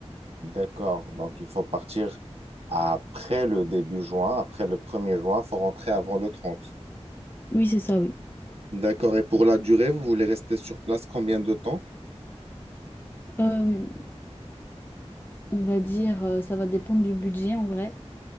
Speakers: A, on the right; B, on the left.
A: D'accord. Donc, il faut partir après le début juin, après le premier juin. Il faut rentrer avant le 30.
B: Oui, c'est ça, oui.
A: D'accord. Et pour la durée, vous voulez rester sur place combien de temps?
B: Euh, on va dire, euh, ça va dépendre du budget en vrai.